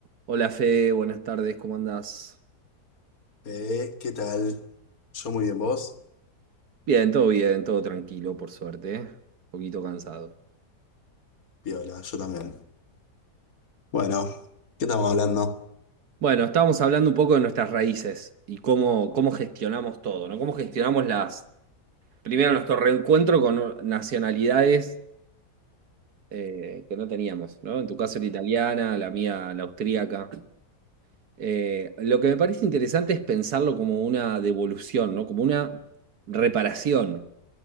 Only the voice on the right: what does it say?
Hola Fe, buenas tardes, ¿cómo andás?
Bien, todo bien, todo tranquilo, por suerte, ¿eh? Un poquito cansado.
Bueno, estábamos hablando un poco de nuestras raíces y cómo, cómo gestionamos todo, ¿no? Cómo gestionamos las, primero nuestro reencuentro con nacionalidades eh, que no teníamos, ¿no? En tu caso la italiana, la mía la austríaca. Eh, lo que me parece interesante es pensarlo como una devolución, ¿no? Como una reparación.